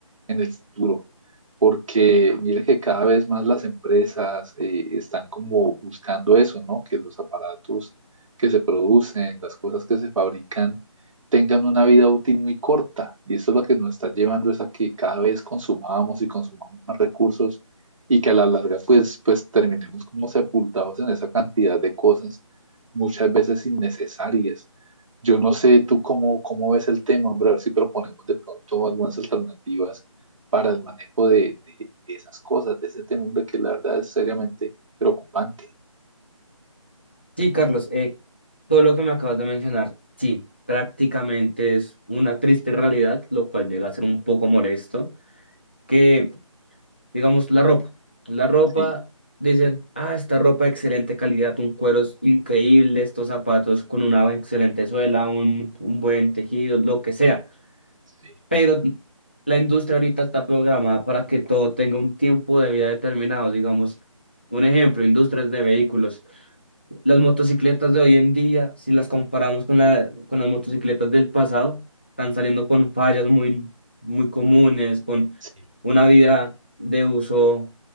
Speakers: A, on the right; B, on the left.
A: en el futuro, porque mire que cada vez más las empresas eh, están como buscando eso, ¿no? Que los aparatos que se producen, las cosas que se fabrican, tengan una vida útil muy corta. Y eso es lo que nos está llevando es a que cada vez consumamos y consumamos más recursos y que a la larga pues, pues terminemos como sepultados en esa cantidad de cosas, muchas veces innecesarias. Yo no sé tú cómo, cómo ves el tema, hombre, a ver si proponemos de pronto algunas alternativas para el manejo de, de, de esas cosas, de ese tema, hombre, que la verdad es seriamente preocupante.
B: Sí, Carlos, eh, todo lo que me acabas de mencionar, sí, prácticamente es una triste realidad, lo cual llega a ser un poco molesto, que, digamos, la ropa, la ropa,
A: Sí,
B: dicen, ah, esta ropa de excelente calidad, un cuero es increíble, estos zapatos con una excelente suela, un, un buen tejido, lo que sea,
A: sí,
B: pero la industria ahorita está programada para que todo tenga un tiempo de vida determinado, digamos, un ejemplo, industrias de vehículos. Las motocicletas de hoy en día, si las comparamos con la, con las motocicletas del pasado, están saliendo con fallas muy, muy comunes, con
A: sí,
B: una vida de uso